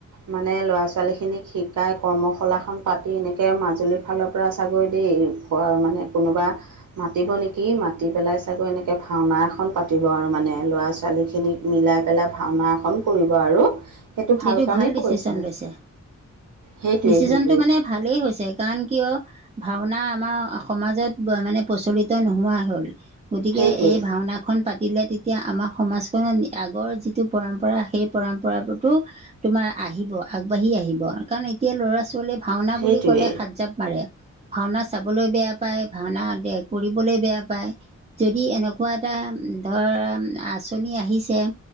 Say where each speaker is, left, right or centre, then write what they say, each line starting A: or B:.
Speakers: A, on the right; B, on the right.
A: মানে, ল'ৰা-ছোৱালীখিনিক শিকাই, কৰ্মশালাখন পাতি, এনেকে মাজুলীৰ ফালৰ পৰা চাগৈ <unintelligible> মানে, কোনোবা মাতিব নেকি! মাতি পেলাই চাগৈ, এনেকৈ ভাওনা এখন পাতিব আৰু মানে, ল'ৰা-ছোৱালীখিনিক। মিলাই পেলাই ভাওনা এখন কৰিব আৰু। সেইটো
B: এইটো
A: কামেই
B: ভাল ডিচিছন
A: কৰিছে
B: লৈছে!
A: সেইটোৱে
B: ডিচিছনটো
A: সেইটোৱে
B: মানে, ভালেই হৈছে! কাৰণ, কিয়! ভাওনা আমাৰ, সমাজত মানে, প্ৰচলিত নোহোৱা হ'ল। গতিকে,
A: সেইটোৱে
B: এই ভাওনা খন পাতিলে, তেতিয়া আমাৰ, সমাজখনত, আগৰ যিটো পৰম্পৰা, সেই পৰম্পৰা টো তোমাৰ আহিব, আগবাঢ়ি আহিব। কাৰণ এতিয়া, ল'ৰা-ছোৱালীৱে ভাওনা
A: সেইটোৱে
B: বুলি ক'লে, সাত জাপ মাৰে। ভাওনা চাবলৈ বেয়া পায়, ভাওনা দে, কৰিবলৈ বেয়া পায়। যদি এনেকুৱা এটা ধৰ আঁচনি আহিছে-